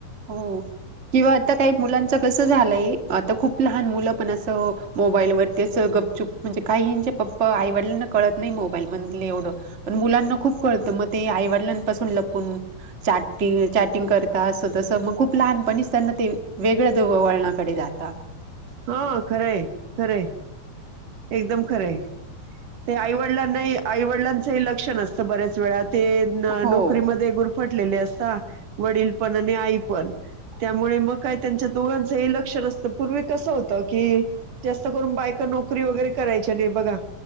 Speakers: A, on the right (about 25°); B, on the right (about 65°).
A: हो, किंवा आता काही मुलांन आता कसं झालये, आता खुप लहान मुलं पण अस मोबाईल वरती गपचुप म्हणजे काहींचे पप्पा आईवडिलांना कळत नाही मोबाईल मधल एवढ. पण मुलांना खूप कळत मग ते आईवडिलांपासून लपून. चॅटिंग चॅटिंग करतात. तस मग खूप लहानपणीच त्यांना ते वेगळ्या वळणाकडे जाता.
B: हा खरय खरय. एकदम खरय ते आईवडिलांनाही आईवडिलां ते लक्ष नसत बऱ्याच वेळा ते
A: हो
B: नोकरी मध्ये गुर फटलेले असतात वडील पण आणि आई पण. त्यामुळे मग काय त्यांच्या दोघांच ही लक्ष नसत पूर्वी कस होत की जास्त करून बायका नोक नोकरी वगैरे करायच्या नाही बघा